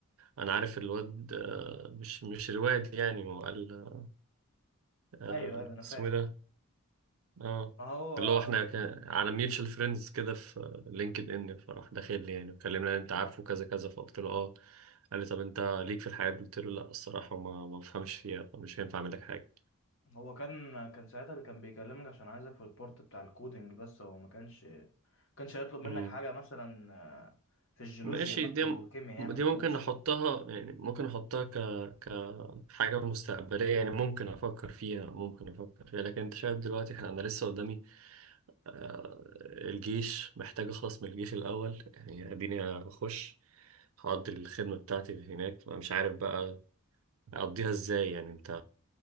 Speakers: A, on the right; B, on the left.
A: انا عارف الواد آه، مش مش الواد يعني هو قال آه،
B: ايوه ايوه انا فاهم
A: اسمه ايه ده اه
B: ما هو
A: اللي هو احنا كان على ميوتشال فريندز كده في لينكد ان فراح داخل لي يعني وكلمنا انت عارفه كذا كذا فقلت له اه قال لي طب انت ليك في الحياة دي؟ قلت له لا الصراحة ما ما بفهمش فيها فمش هينفع اعمل لك حاجة
B: هو كان كان ساعتها اللي كان بيكلمك عشان عايزك في البورت بتاع الكودينج بس هو ما كانش كانش هيطلب منك
A: امم
B: حاجة مثلا آه، في الجيولوجيا
A: ماشي
B: مثلا
A: دي
B: أو الكيمياء يعني
A: دي
B: ما تقلقش
A: ممكن احطها يعني ممكن احطها ك كحاجة مستقبلية يعني ممكن افكر فيها ممكن افكر فيها لكن انت شايف دلوقتي احنا انا لسه قدامي آه، الجيش محتاج أخلص من الجيش الأول يعني أديني أخش هقضي الخدمة بتاعتي هناك أنا مش عارف بقى أقضيها إزاي يعني أنت